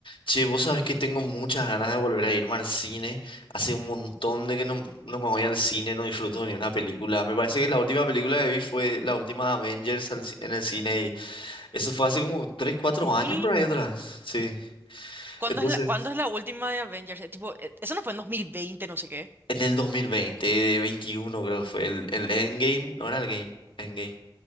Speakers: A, on the left; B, on the right.
A: Che, vos sabés que tengo muchas ganas de volver a irme al cine. Hace un montón de que no, no me voy al cine, no disfruto ni una película. Me parece que la última película que vi fue la última Avengers al ci- en el cine y eso fue hace como 3 4 años
B: ¿Y
A: por ahí atrás. Sí.
B: cuándo
A: Entonces,
B: es la, cuándo es la última de Avengers? Eh, Tipo, eh, eso no fue en 2020, no sé qué.
A: en el 2020, de 21 creo que fue el, el Endgame, no era el Game, Endgame.